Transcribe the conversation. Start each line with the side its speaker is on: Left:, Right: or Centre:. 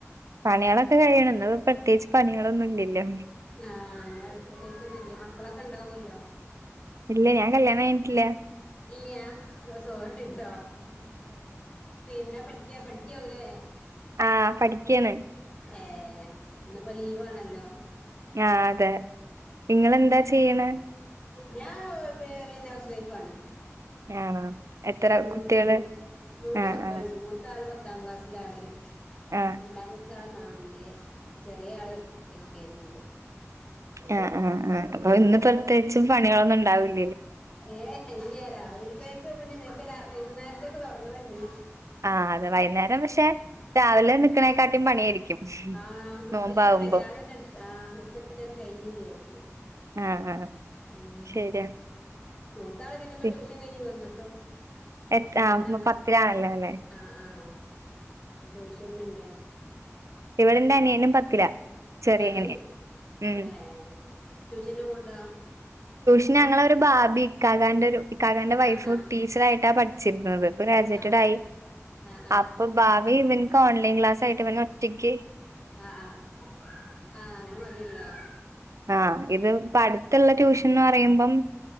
Right: പണികളൊക്കെ കഴിയണ പ്രത്യേകിച്ച് പണികളൊന്നും ഇല്ലല്ലോ
Left: ആ എന്നാ പ്രത്യേകിച്ചൊന്നുംില്ല മക്കളൊക്കെ ഇണ്ടാവുല്ലോ
Right: ഇല്ല ഞാ കല്യാണം കഴിഞ്ഞിട്ടില്ല
Left: ഇല്ല സോറി ട്ടോ പിന്നെ പഠിക്ക പഠി ഠിക്കിയാവു ല്ലേ
Right: ആഹ് പഠിക്കാണ്
Left: ഏ ഇന്നിപ്പോ ലീവ് ആണല്ലോ
Right: ആ അതെ നിങ്ങെളെന്താ ചെയ്യണ
Left: ഞാൻ വ ഹൗസ് വൈഫ ആണ്
Right: ആണോ എത്ര
Left: മൂന്ന്
Right: കുട്ടികള്
Left: മക്കളുണ്ട് മൂന്ന്
Right: ആഹ്
Left: മക്കളുണ്ട്
Right: ആഹ്
Left: മൂത്ത ആൾ പത്താം ക്ലാസ്സിലാണ്
Right: ആഹ്
Left: രണ്ടാമത്തെ ആൾ നാലില് ചെറിയ ആൾ എൽ കെ ജിൽ
Right: ആ ആ ആ അപ്പൊ ഇന്ന്
Left: ആഹ്
Right: പ്രത്യേകിച്ചും പണികളൊന്നും ഇണ്ടാവൂല്ല
Left: ഏ ഇല്ലയ രാവിലത്തേക്ക് ഇപ്പ ഞനക്ക്െ വൈകുന്നേരത്തേക്ക് തുടങ്ങണം ഞ്ഞി
Right: ആ അതെ വൈകുന്നേരം പക്ഷെ രാവിലെ നിക്കണേക്കാട്ടിയും പണിയായിരിക്കും
Left: ആ
Right: നോമ്പാവുമ്പോ
Left: അപ്പൊ ഞാന <unintelligible> ആന്നെ എടു ആ എടുത്തഴച്ച കഴിഞ്ഞഞ്ചാരിക്ക
Right: ആഹ് ആഹ്
Left: ഉം
Right: ശരിയാ
Left: മൂ ത്താൾ പിന്നെപ്പോ
Right: പി-
Left: ട്യൂഷൻ കഴിഞ്ഞ് വന്ന്
Right: എത്ര
Left: ഒരു
Right: ആഹ്
Left: പത്താം ക്ലാ
Right: പത്തിലാണല്ലോ
Left: പത്താം
Right: അല്ലെ
Left: ആ ആ ട്യൂഷൻുണ്ട്
Right: ഇവടെന്റെ അനിയനും പത്തില ചെറിയ
Left: ആണ്
Right: അനിയൻ ഉം
Left: ഏ ട്യൂഷന് പോണ്ടോ
Right: പിന്നെ ഞങ്ങളൊ ഒരു ബാബി ഇക്കാകാന്റെ ഒരു ഇക്കാകാന്റെ വൈഫ്
Left: ആഹ് ആഹ്
Right: ടീച്ചറ ആയിട്ടാ പഠിച്ചിരുന്നത് ഗ്രാജേറ്റഡ
Left: ആഹ് ആഹ്
Right: ആയി
Left: ആഹ് ആഹ്
Right: അപ്പൊ ഭാവി ഇവക്ക് ഓൺലൈൻ ക്ലാസ് ആയിട്ട് ഇവൻ ഒറ്റക്ക്
Left: ആ ആ ആ അങ്ങനെ മതിയല്ലോ
Right: ആ ഇത് പടുത്തുള്ള ട്യൂഷൻ ന്ന് പറയുമ്പം